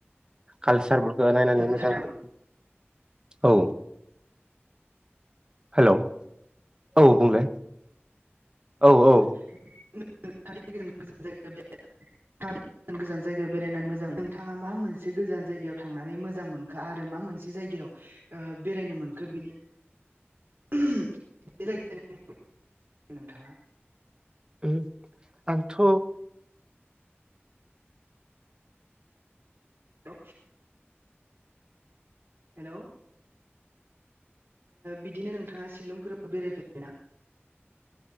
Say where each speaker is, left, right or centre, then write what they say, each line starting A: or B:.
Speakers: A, on the right (about 20°); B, on the right (about 50°).
A: कालसारफोरखौ नायनानै मोजां
B: नोंथां
A: मोनो। औ। हेल' औ बुंलाय। औ
B: <unintelligible>
A: औ
B: गोजान गोजान जायगायाव बेरायनानै मोजां नोंथाङा मा मोनसे गोजान जायगायाव थांनानै मोजां मोजां मोनखो आरो मा मोनसे जायगायाव बेरायनो मोनखो बिनि जायगायाव नोंथाङा।
A: उ आंथ'
B: दा हेलौ बिदिनो नोंथाङा शिलंफोराव बेरायफेरबायना?